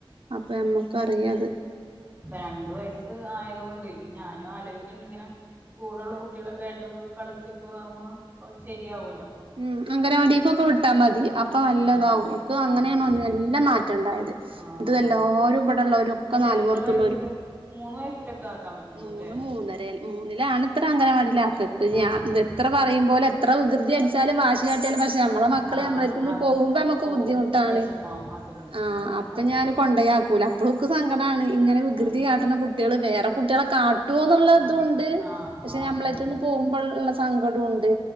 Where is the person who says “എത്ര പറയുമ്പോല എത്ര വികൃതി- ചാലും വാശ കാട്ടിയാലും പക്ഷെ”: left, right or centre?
Right